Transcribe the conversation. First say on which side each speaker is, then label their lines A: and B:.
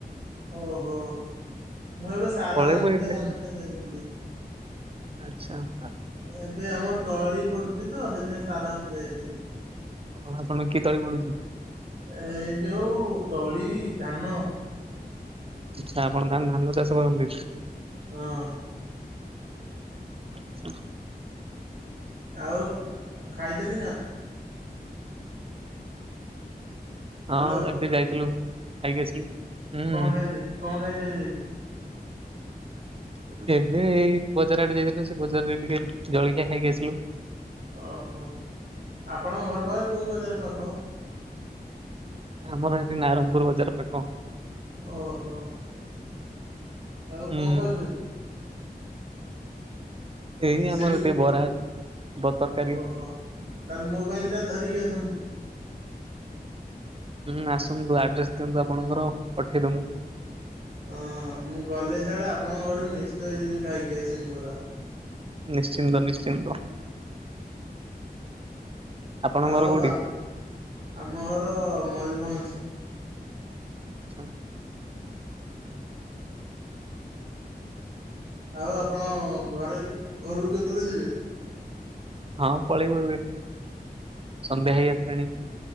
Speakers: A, on the right (about 80°); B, on the right (about 35°).
A: ଓହୋ ମୁଁ ଏବେ ସାର
B: ପଳେଇବୁ
A: ଆନ୍ତ
B: ଏବେ
A: ଆନ୍ତେ ଯାଇଥିଲି।
B: ଆଚ୍ଛା।
A: ଏବେ ଆମର ତଳି ପଡୁଛି ତ ସେଇଥିପାଇଁ ସାର ଆନ୍ତେ ଯାଇଥିଲି।
B: କ ଆପଣଙ୍କୁ କି ତଳି ପଡୁଛି?
A: ଏଇ ଯୋଉ ତଳି ଧାନ।
B: ଆଛା ଆପଣ ତାହନେ ଧାନ ଚାଷ କରନ୍ତି।
A: ହଁ।
B: ଆଛା
A: ଆଉ ଖାଇଛନ୍ତି ନା।
B: ହଁ
A: ହ୍ୟାଲୋ
B: ଏବେ ଯାଇଥିଲୁ ଖାଇକି ଆସିଲୁ। ହୁଁ
A: କଣ ଖାଇଲେ କଣ ଖାଇଛନ୍ତି ଆଜି।
B: <inaudible> ଏବେ ଏଇ ବଜାର ଆଡେ ଯାଇଥିଲୁ ସେ ବଜାରରେ ଟିକେ ଜଳଖିଆ ଖାଇକି ଆସିଲୁ।
A: ଓହୋ ଆପଣଙ୍କ ଘର ପାଖରେ କୋଉ ବଜାର ପାଖ?
B: ଆମର ଏଠି ନାରଙ୍ଗପୁର ବଜାର ପାଖ।
A: ଓହୋ। ଆଉ
B: ହୁଁ
A: କଣ ଖାଇଛନ୍ତି?
B: ଏଇଁ
A: ସେଠି
B: ଆମର ଟିକେ ବରା। ବ ତରକାରୀ
A: ଓହୋ ତାହେଲେ ମୋ ପାଇଁ ଦିଟା ଧରିକି ଆସନ୍ତୁ।
B: ହୁଁ ଆସନ୍ତୁ ଆଡ୍ରେସ ଦିଅନ୍ତୁ ଆପଣଙ୍କର। ପଠେଇ ଦମୁ।
A: ହଁ ମୁଁ ଗଲେ ସିଆଡେ ଆପଣଙ୍କ ଘରକୁ ନିଶ୍ଚୟ ଯିବି ଖାଇକି ଆସିମି ବରା।
B: ନିଶ୍ଚିନ୍ତ ନିଶ୍ଚିନ୍ତ ଆପଣ
A: ଆଉ
B: ଘର କୋଉଠି?
A: ଆମ ଘର ମୟୂରଭଞ୍ଜ।
B: ଆଛା
A: ଆଉ ଆପଣ ଘରେ ଘରକୁ କେତେବେଳେ ଯିବେ?
B: ହଁ ପଳେଇବୁ ଏବେ। ସନ୍ଧ୍ୟା ହେଇ ଆସିଲାଣି।